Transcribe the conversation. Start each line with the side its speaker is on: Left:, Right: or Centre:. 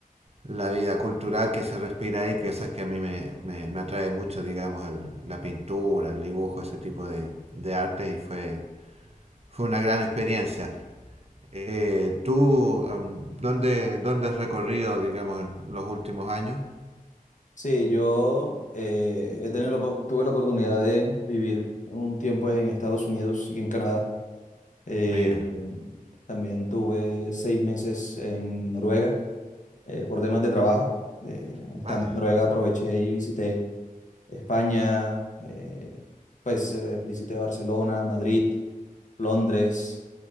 Right: la vida cultural que se respira ahí, que eso es que a mí me, me, me atrae mucho, digamos, el- la pintura, el dibujo, ese tipo de, de artes y fue, fue una gran experiencia. Eh, ¿tú um, dónde, dónde has recorrido, digamos, en los últimos años?
Left: Sí, yo eh, he tenido la po- tuve la oportunidad de vivir un tiempo en Estados Unidos y en Canadá. Eh,
Right: Mira,
Left: también tuve seis meses en Noruega eh, por temas de trabajo. De-
Right: vaya,
Left: estando en Noruega aproveché y visité España, eh, pues eh, visité Barcelona, Madrid, Londres.